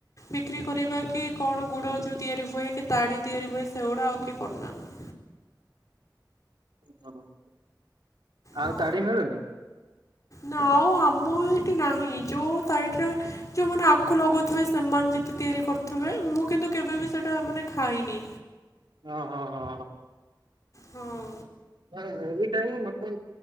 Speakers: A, on the left; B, on the right.
A: ବିକ୍ରି କରିବା, କି କଣ ଗୁଡ଼ ଯୋଉ ତିଆରି ହୁଏ, କି ତାଡ଼ି ତିଆରି ହୁଏ, ସେଗୁଡ଼ା ଆଉ କିଏ କରୁନାହାନ୍ତି।
B: <unintelligible> ଆଉ
A: ହଁ
B: ତାଡି ମିଳୁନି
A: ନା, ଆଉ ଆମ ଏଠି ନାହିଁ, ଯୋଉ ସାଇଟ ରେ ଯୋଉଁ ମାନେ ଆଖୁ ଲଗଉଥିବେ ସେମାନେ ଯଦି ତିଆରି କରୁଥିବେ, ମୁଁ କିନ୍ତୁ କେବେ ବି ସେଇଟା ମାନେ ଖାଇନି।
B: ହଁ, ହଁ, ହଁ।
A: ହଁ।
B: ମାନେ ଏଇ ଟାଇମ ମତେ